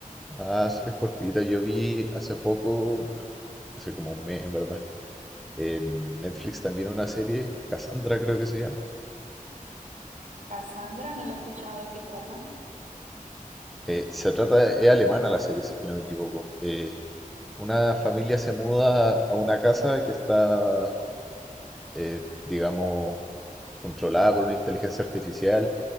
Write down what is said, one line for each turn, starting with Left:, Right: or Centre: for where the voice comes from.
Centre: Ah, es es cortita, yo vi hace poco, bueno, hace como un mes en verdad, en Netflix también una serie, Cassandra creo que se llama.
Right: Cassandra, no la he escuchado de qué trata.
Centre: Eh, se trata, es alemana la serie, si es que no me equivoco. Eh, Una familia se muda a una casa que está, eh, digamos, controlada por una inteligencia artificial